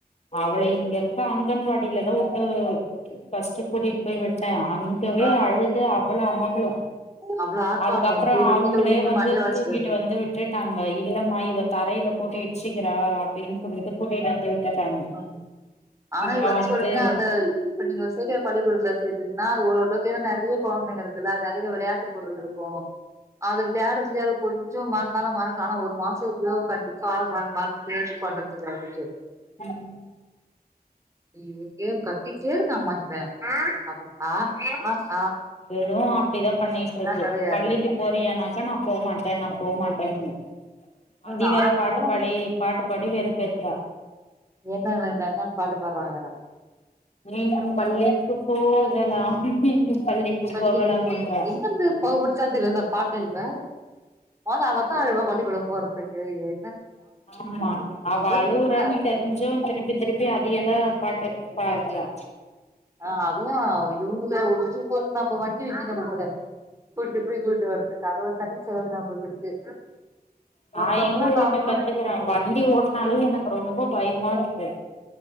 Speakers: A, on the left; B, on the right.
A: அவள இங்க இருக்க அங்கன்வாடில தா உட்டு ஃபஸ்ட்டு கூட்டிட் போய்விட்டே அங்கவே
B: ஆ
A: அழுது அவ்வளோ அமக்களோ
B: அவ்ளோ ஆர்ப்பாட்டோ
A: அதுக்கப்றோ
B: கீழ
A: அவங்களே
B: கீழ உழுந்து
A: வந்து
B: மண்டைய ஒடச்சுக்கிடுது
A: தூக்கிட்டு வந்து விட்டுட்டாங்க இல்லமா இவ தரைல போட்டு இடிச்சிக்கறா அப்டினு சொல்லிட்டு கூட்டிட் வந்து விட்டுட்டாங்க
B: ம் ஆனா
A: இவ
B: <unintelligible>
A: வந்து
B: சொன்னாங்க இப்ப நீங்க சேக்கற பள்ளிக்கூடத்ல கேட்டீங்ன்னா ஓரளவுக் ங்க நெறைய கொழந்தைங்க இருக்குல்ல அது நெறைய விளயாட்டு பொருள்ருக்கு அது விளாயாட்றதுலே அவளுக் கொஞ்சோ மறந்தாலு மறக்கலா ஆனா ஒரு மாசோ எப்டியோ கண்டிப்பா <unintelligible> மறந்து <inaudible> பண்றதுக்கு வந்துட்டு
A: அலோ
B: இவ இப்டே கத்திகிட்டே இருக்காம்மா இவ அப்பா ஆ அ
A: அதுவு அப்டி தா பண்ணிட்ருக்கு
B: கெடையாது
A: பள்ளிக்கு போறியானாக்கா நா போ மாட்டே நா போ மாட்டேன்னு அதி
B: நா
A: வேற பாட்டு
B: போம்
A: பாடி பாட் படிகறத் பேஸ்றா
B: என்னென்ன என்னென்னன் பாட்டு பாட்றாங்கற
A: மீண்டும் பள்ளிக்கு போகலாம் மீண்டும்
B: பள்ளிக்கு
A: போகலாம்
B: போய்
A: என்றா
B: எங்கர்ந்து ப புட்ச்சா தெரியாது இந்த பாட்ட இவ ஆமா அவ ப அழுவா பள்ளிக்கூடோ போறதுக்கு ஏ
A: ஆமா அவ அழுவுறான்னு
B: திட்றா
A: தெரிஞ்சும் திருப்பி திருப்பி அதையேதா பாட்டு பாட்றா
B: அ அதுவு இவங்க ஒன்னுனா நம்ம மட் வெச்சிட்டா போல கூட்டிட்டு போய் கூட்டிட்டு வர்றதுக்காக கட்ட சொல்லறா போல இருக்கு
A: நா
B: ஒருத்தவங்கள
A: எங்கே ஓட்ட
B: நாம
A: கத்துக்கறே வண்டி ஓட்டனாலே எனக்கு ரொம்ப பயமா இருக்கு